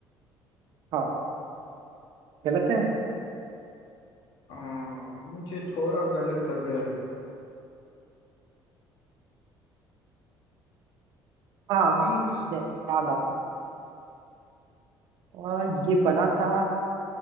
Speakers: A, on the right; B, on the left.
A: हाँ गलत है
B: हाँ मुझे थोड़ा गलत लग रहा है
A: हाँ हाँ
B: तीन
A: या- याद आ गया और
B: जी
A: ये बना था